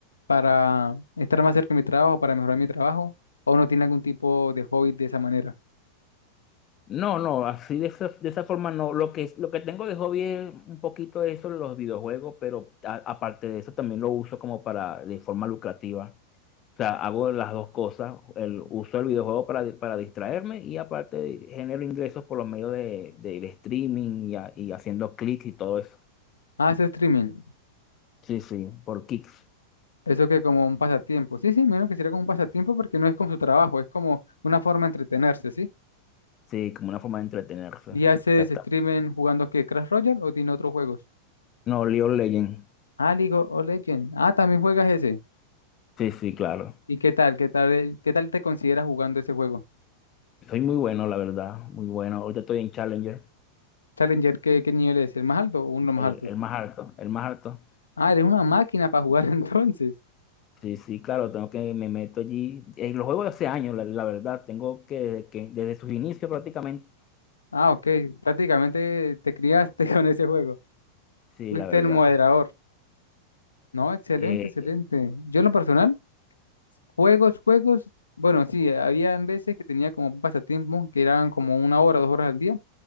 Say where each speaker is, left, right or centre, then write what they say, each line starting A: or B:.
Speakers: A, on the left (about 75°); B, on the left (about 30°).
A: para estar más cerca de mi trabajo, para mejorar mi trabajo, o no tiene algún tipo de hobby de esa manera.
B: No, no, así de esa, de esa forma no. Lo que, lo que tengo de hobby es un poquito de eso, los videojuegos, pero a- aparte de eso también lo uso como para, de forma lucrativa. O sea, hago las dos cosas, el, uso el videojuego para, di- para distraerme y aparte genero ingresos por los medios de, de- de streaming y, ha- y haciendo clics y todo eso.
A: ah Hace streaming.
B: Sí, sí, por kicks.
A: Eso que como un pasatiempo. Sí, sí, menos que sería como un pasatiempo porque no es como su trabajo, es como una forma de entretenerse, ¿sí?
B: Sí, como una forma de entretenerse.
A: ¿Y haces
B: Exacto.
A: streaming jugando qué? ¿Crash Royale o tiene otros juegos?
B: No, League of Legends.
A: Ah, League of Legends. Ah, también juegas ese.
B: Sí, sí, claro.
A: ¿Y qué tal? ¿Qué tal, eh, qué tal te consideras jugando ese juego?
B: Soy muy bueno, la verdad, muy bueno. Ahorita estoy en Challenger,
A: Challenger, ¿qué, qué nivel es? ¿El más alto o uno de los más
B: el,
A: altos?
B: el más alto, el más alto.
A: Ah, eres una máquina para jugar <laughs> entonces.
B: Sí, sí, claro, tengo que me meto allí. Eh, los juegos de hace años, la, la verdad, tengo que desde, que desde sus inicios prácticamente.
A: Ah, ok. Prácticamente te criaste <laughs> con ese juego.
B: Sí,
A: Fuiste
B: la verdad.
A: el moderador. No, excelente,
B: Eh,
A: excelente. Yo en lo personal. Juegos, juegos, bueno, sí, había en veces que tenía como un pasatiempo que eran como una hora, dos horas al día.